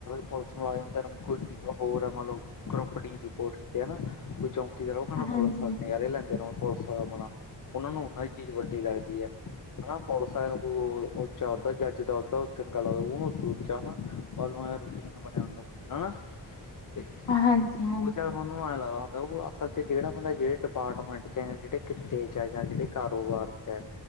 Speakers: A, on the left; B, on the left.
A: ਪੁਲਸ ਮੁਲਾਜ਼ਮ ਦਤ ਕੁਝ ਹੋਰ ਏ ਮਤਲਬ ਕਰੋਪੜੀ ਦੀ ਪੋਸਟ ਤੇ ਏ ਨਾਂ ਕੁਛ ਓਂ ਕਿ ਉਹ ਕਹਿੰਦਾ ਪੁਲਿਸ
B: ਹਾਂਜੀ
A: ਨਜ਼ਾਰੇ ਲੈਂਦੇ ਨੇਂ ਉਹ ਪੁਲਿਸ ਵਾਲ ਆਪਣਾ, ਉਹਨਾ ਨੂੰ ਉਹਨਾਂ ਦੀ ਚੀਜ਼ ਵੱਡੀ ਲੱਗਦੀ ਐ। ਹਨਾਂ! ਪੁਲਿਸ ਆਲਿਆ ਨੂੰ ਉੱਚਾ ਹੋਦਾ ਜੱਜ ਦਾ ਉਦਾ ਚੰਗਾ ਲੱਗਦਾ, ਉਹਨੂੰ ਉਦ ਉੱਚਾ ਹਨਾਂ। ਆਲ ਰੋਟੀ ਬਣਿਆ ਹੁੰਦਾ ਹਨਾਂ! ਤੇ
B: ਹਾਂਜੀ ਹਾਂਜੀ
A: ਉਹ ਚਲ ਹੁਣ ਐ ਲੱਗ ਹੁੰਦਾ, ਉਹ ਅਸਲ ਚ ਜਿਹੜਾ ਬੰਦਾ ਜਿਹੜੇ ਡਿਪਾਰਟਮੈਂਟ ਚ ਜਾਂ ਜਿਹੜੇ ਕਿੱਤੇ ਚ ਆ, ਜਾਂ ਜਿਹੜੇ ਕਾਰੋਬਾਰ ਚ